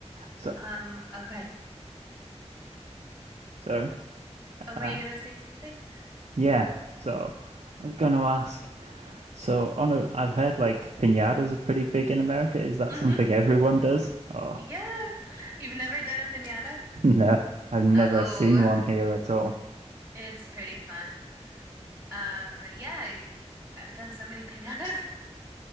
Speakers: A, on the right; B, on the right.
A: So
B: Um, oh, go ahead.
A: sorry.
B: Oh, were
A: Uh
B: you gonna say something?
A: yeah. So I was going to ask. So on a, I've heard like piñatas are pretty big in America. Is that
B: hmm
A: something everyone does? Or
B: Yeah. You've never done a piñata?
A: <laughs> No, I've never
B: Oh,
A: seen one here at all.
B: it's pretty fun. Um, yeah, I've done so many <laughs> piñatas.